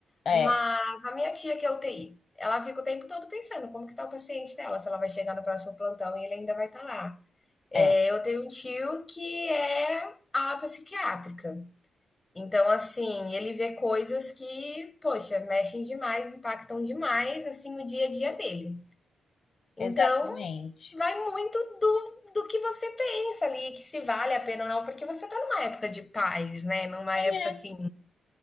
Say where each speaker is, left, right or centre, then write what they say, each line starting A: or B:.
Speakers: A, on the left; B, on the left.
A: é,
B: Mas a minha tia que é UTI, ela fica o tempo todo pensando como que tá o paciente dela, se ela vai chegar no próximo plantão e ele ainda vai estar lá. É,
A: é,
B: eu tenho um tio que é ala psiquiátrica. Então, assim, ele vê coisas que, poxa, mexem demais, impactam demais, assim, o dia a dia dele. Então,
A: exatamente.
B: vai muito do, do que você pensa ali, que se vale a pena ou não, porque você tá numa época de paz, né? Numa
A: É,
B: época, assim,